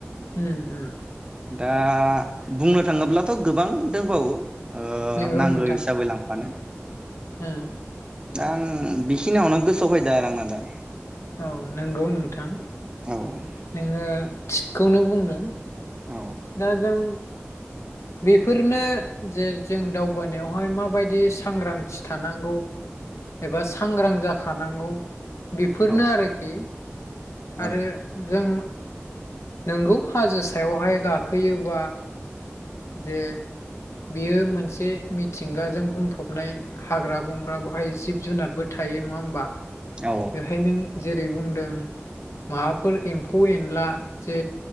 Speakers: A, on the left; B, on the right.
A: उम उम
B: दा बुंनो थाङोब्लाथ गोबां दोंबावो ओ
A: नंगौ
B: नांगौ
A: नोंथां
B: हिसाबै लां मानो
A: उम
B: दा आं बेखिनियावनो गोसोआव फैदों आरो आंना दा
A: औ नंगौ नोंथां
B: औ
A: नोङो थिगखौनो बुंदों
B: औ
A: दा‌‌ जों बेफोरनो जे जों दावबायानायावहाय माबायदि सांग्रांथि थानांगौ एबा सांग्रां जाखानांगौ बेफोरनो
B: औ
A: आरोखि
B: औ
A: आरो जों नोंगौ हाजो सायावहाय गा खोयोबा जे बियो मोनसे मिथिंगाजों बुंफबनाय हाग्रा बंग्रा बहाय जिब जुनारबो थायो नङा होमबा
B: औ
A: बेहाय नों जेरै बुं जों माबाफोर एम्फौ एनला जे